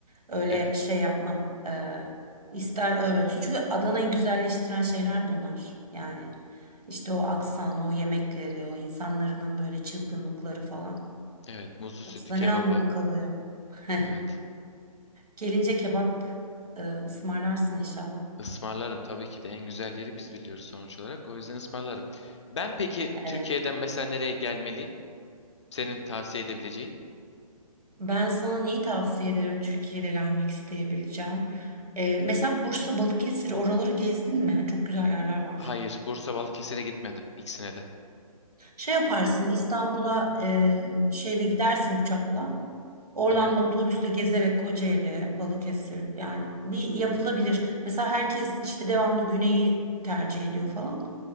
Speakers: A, on the right; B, on the left.
A: Öyle
B: Evet.
A: şey yapmam. E, ister öyle olsun. Çünkü Adana'yı güzelleştiren şeyler bunlar. Yani işte o aksanı, o yemekleri, o insanların böyle çılgınlıkları falan.
B: Evet. Muzlu sütü,
A: Yoksa
B: kebabı.
A: ne anlamı kalıyor? <laughs>
B: Evet.
A: Gelince kebap e, ısmarlarsın inşallah.
B: Ismarlarım tabii ki de en güzel yeri biz biliyoruz sonuç olarak. O yüzden ısmarlarım. Ben peki
A: Evet.
B: Türkiye'den mesela nereye gelmeliyim? Senin tavsiye edebileceğin?
A: Ben sana neyi tavsiye ederim Türkiye'de gelmek isteyebileceğin? Ee, mesela Bursa, Balıkesir oraları gezdin mi? Çok güzel yerler var.
B: Hayır, Bursa Balıkesir'e gitmedim ikisine de.
A: Şey yaparsın İstanbul'a e, şeyle gidersin uçakla. Oradan
B: Aha,
A: da otobüsle gezerek Kocaeli, Balıkesir yani bir yapılabilir. Mesela herkes işte devamlı güneyi tercih ediyor falan.